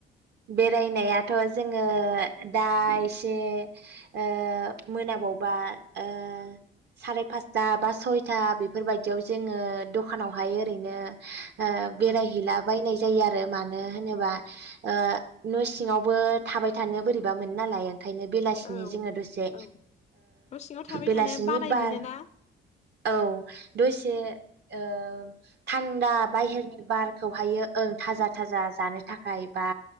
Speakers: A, on the right; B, on the left.
A: बेरायनायाथ' जोङो दा एसे ओ मोनाबावबा ओ सारि पासथा बा सयथा बेफोरबायदियाव जोङो दखानावहाय ओरैनो ओ बेरायहैलाबायनाय
B: ओं
A: जायो आरो मानो होनोबा ओ न' सिङावबो थाबाय थानो बोरैबा मोनो नालाय आं ओंखायनो बेलासिनि
B: औ
A: जोङो दसे
B: औ न' सिङाव थाबाय
A: बेलासिनि
B: थानो बानाय
A: बार
B: मोनोना
A: औ दसे ओं। थान्दा बाहेरनि बार खौहायो ओं थाजा थाजा जानो थाखाय बा